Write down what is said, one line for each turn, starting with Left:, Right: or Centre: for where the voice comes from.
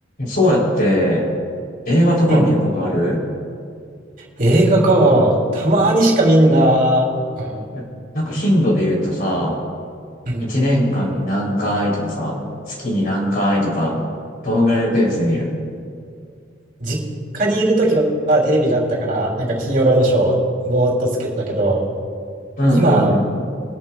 Left: そうやって映画とか見ることある
Right: うん。映画か。たまにしかみんな、あ
Left: えなんか頻度で言うとさ、
Right: うん。
Left: 一年間に何回とかさ、月に何回とか、どのぐらいのペースで見る
Right: 実家にいるときはテレビがあったから、なんか金曜ロードショー、ぼーっとつけてたけど、
Left: うんうんうん。
Right: 今、